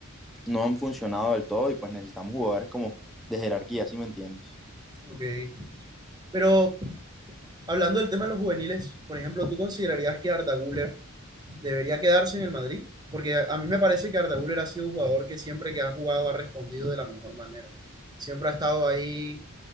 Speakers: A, in the centre; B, on the right.
A: no han funcionado del todo y pues necesitamos jugadores como de jerarquía, ¿sí me entiendes?
B: Ok. Pero hablando del tema de los juveniles, por ejemplo, ¿tú considerarías que Arda Güler debería quedarse en el Madrid? Porque a a mí me parece que Arda Güler ha sido un jugador que siempre que ha jugado ha respondido de la mejor manera. Siempre ha estado ahí